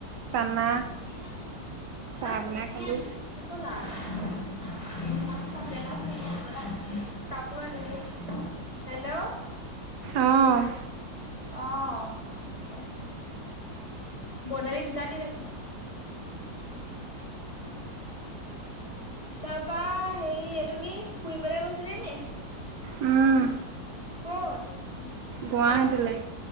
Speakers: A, on the right; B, on the left.
A: চানা
B: <unintelligible>
A: চাহ বনাই খালো।
B: একো নাই, <unintelligible> কাপোৰ আনিলোঁ। হেল্ল'!
A: অ'।
B: অ', ক! বনালি দুটা দি <unintelligible> <inaudible> তাৰপা হেৰি এইটো কি ফুৰিবলে গৈছিলি নি?
A: উম।
B: ক'ত
A: গুৱাহাটীলে
B: অ',